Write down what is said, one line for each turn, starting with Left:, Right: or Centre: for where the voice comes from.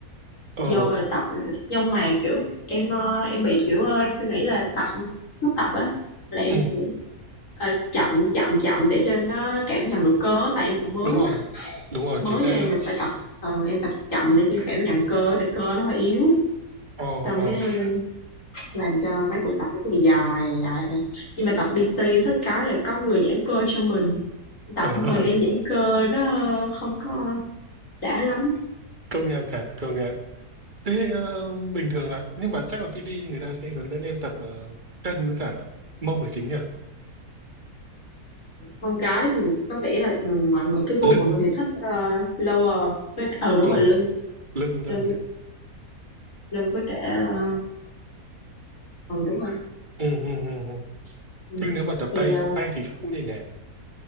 Right: ờ
Left: vô là tập nhưng mà kiểu em ờ, em bị kiểu ờ, suy nghĩ là tập lúc tập á là em
Right: ừ
Left: sẽ ờ, chậm chậm chậm để cho nó cảm nhận được cơ á, tại em cũng mới
Right: đúng rồi đúng rồi
Left: mới
Right: chính xác
Left: cho em
Right: đấy
Left: là phải tập ờ, em tập chậm để cho em cảm nhận cơ tại cơ nó hơi yếu
Right: ờ
Left: xong
Right: ờ
Left: cái em làm cho mấy buổi tập nó cứ bị dài dài này nhưng mà tập PT em thích cái là có người giãn cơ cho mình tập
Right: ờ <laughs>
Left: mình em giãn cơ nó không có đã lắm
Right: công nhận hả công nhận thế ờ, bình thường là nhưng mà chắc là PT người ta sẽ hướng dẫn em tập ờ, chân với cả mông là chính nhỉ
Left: con gái thì có vẻ là ừ, mọi người cái gu
Right: lưng
Left: mọi người thì thích ờ, lower với ờ đúng
Right: ờ
Left: rồi lưng
Right: lưng
Left: lưng
Right: lưng nhỉ
Left: lưng với cả uh, ờ đúng rồi
Right: ừ, ừ, ừ. ừ.
Left: ừ.
Right: chứ nếu mà tập
Left: thì
Right: tay
Left: ờ,
Right: tay thì sao không nhẹ nhàng